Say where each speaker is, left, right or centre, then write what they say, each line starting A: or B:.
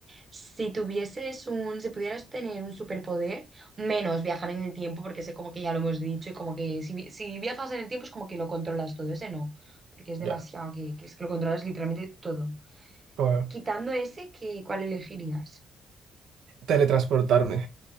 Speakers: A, on the right (about 30°); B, on the right (about 80°).
A: si tuvieses un, si pudieras tener un superpoder, menos viajar en el tiempo, porque sé como que ya lo hemos dicho, y como que si, vi- si viajas en el tiempo es como que lo controlas todo, ese no, porque es demasiado,
B: Ya,
A: que, que es que lo controlas literalmente todo.
B: claro.
A: Quitando ese, ¿qué, cuál elegirías?
B: Teletransportarme.